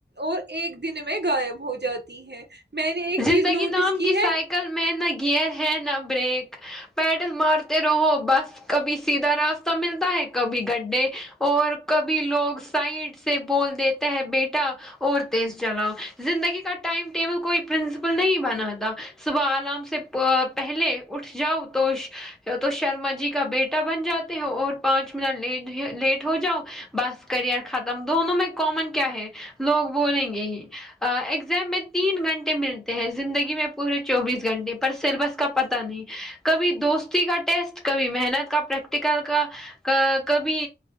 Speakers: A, on the right; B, in the centre.
A: اور ایک دن میں غائب ہو جاتی ہے میں نے ایک چیز
B: زندگی
A: نوٹس
B: نام کی
A: ہے
B: سائیکل میں نہ گیئر ہے نہ بریک پیڈل مارتے رہو بس کبھی سیدھا راستہ ملتا ہے کبھی گڈھے اور کبھی لوگ سائڈ سے بول دیتے ہے بیٹا اور تیز چلاؤ زندگی کا ٹائم ٹیبل کوئی پرنسپل نہیں بنا تھا صبح آرام سے پہلے اٹھ جاؤ تو تو شرما جی کا بیٹا بن جاتے ہو اور پانچ منٹ لیٹ ہو جاؤ بس کرئر ختم دونوں میں کامن کیا ہے لوگ بولیں گے ہی ایگزام میں تین گھنٹے ملتے ہیں زندگی میں پورے چوبیس گھنٹے پر سلبس کا پت نہیں کبھی دوستی کا ٹیسٹ کبھی محنت کا پریکٹیکل کا کبھی